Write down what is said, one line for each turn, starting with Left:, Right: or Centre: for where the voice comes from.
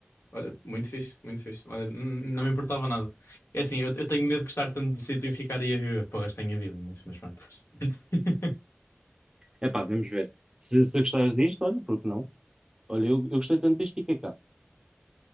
Left: Olha, muito fixe, muito fixe. Olha, n- não me importava nada. É assim, eu, eu tenho medo de gostar tanto do sítio e ficar aí a viver para o resto da minha vida, mas, mas pronto. <laughs>
Right: Epá, vamos ver. Se, se gostares disto, olha, porque não? Olha, eu, eu gostei tanto disto, fiquei cá.